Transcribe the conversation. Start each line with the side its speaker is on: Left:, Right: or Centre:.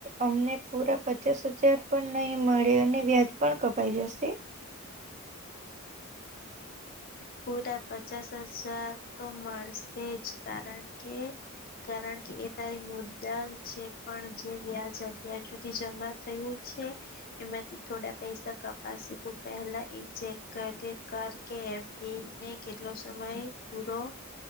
Right: અમને પૂરા પચાસ હજાર પણ નહી મળે અને વ્યાજ. પણ કપાઈ જશે.
Left: પૂરા પચાસ હજાર તો મળશે જ કારણ કે. કારણ કે એ તારી મુદ્દા છે પણ જે વ્યાજ અત્યાર સુધી જમા. થયું છે. એમાંથી થોડા પૈસા કપાશે તું પેલા એ ચેક કર કર કે. બેંક ને કેટલો સમય પૂરો.